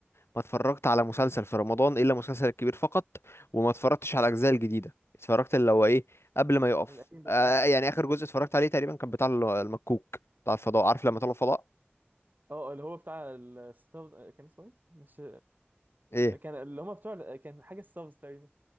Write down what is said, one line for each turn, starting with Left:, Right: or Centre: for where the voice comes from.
Left: ما اتفرجت على مسلسل في رمضان الا مسلسل الكبير فقط وما اتفرجتش على الاجزاء الجديده اتفرجت اللي هو ايه قبل ما يقف
Right: القديم بس
Left: آه
Right: اه
Left: يعني اخر جزء اتفرجت عليه تقريبا كان بتاع ال- المكوك بتاع الفضاء عارف لما طلعوا الفضاء
Right: اه اللي هو بتاع الستارز آه، كان اسمه ايه؟ مش
Left: ايه
Right: كان اللي هم بتوع كان حاجه ستارز تقريبا